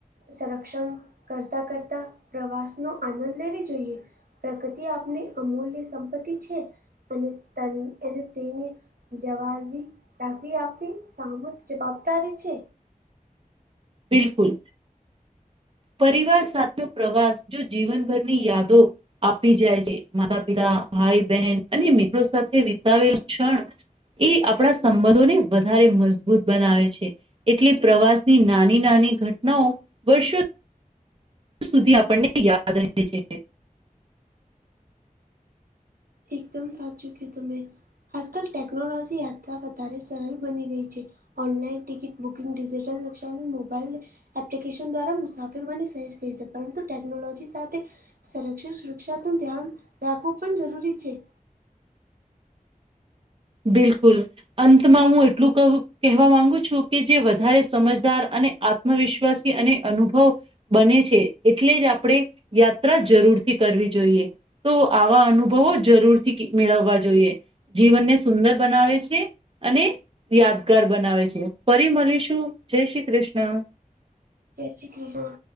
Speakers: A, on the right; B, on the right.
A: સંરક્ષણ તા કરતા પ્રવાસનો આનંદ લેવી જોઈએ. પ્રકતિ આપની અમૂલ્ય સંપતિ છે અને તન એને તેની જવાર બી રાકી આપણી સામૂહિક જવાબદારી છે.
B: બિલકુલ, પરિવાર સાથે પ્રવાસ જો જીવનભરની યાદો આપી જાય છે, માતા- પિતા, ભાઈ- બેહેન અને મિત્રો સાથે વિતાવેલ ક્ષણ એ આપણા સંબધોને વધારે મજબૂત બનાવે છે. એટલે પ્રવાસની નાની નાની ઘટનાઓ વર્ષો સુધી આપણને યાદ રહે છે.
A: એકદમ સાચું કીયુ તમે આજકાલ ટેકનોલોજી યાત્રા વધારે સરલ બની ગઈ છે. ઓનલાઈન ટિકિટ બુકિંગ, ડિજિટલ નક્ષાનુ મોબાઈલ એપ્લિકેશન દ્વારા મુસાફરવાની સહેજ કહી છે, પરંતુ ટેકનોલોજી સાથે સંરક્ષિત સુરક્ષાનું ધ્યાન રાખવું પણ જરૂરી છે.
B: બિલકુલ, અંતમાં હું એટલું કઉ કેહેવા માંગુ છું કે જે વધારે સમજદાર અને આત આત્મવિશ્વાસી અને અનુભવ બને છે, એટલે જ આપણે યાત્રા જરૂરથી કરવી જોઈએ. તો આવા અનુભવો જરૂરથી કી મેળવવા જોઈએ, જીવનને સુંદર બનાવે છે, અને યાદગાર બનાવે છે, ફરી મલીશું, જય શ્રી કૃષ્ણ!
A: જય શ્રી કૃષ્ણ!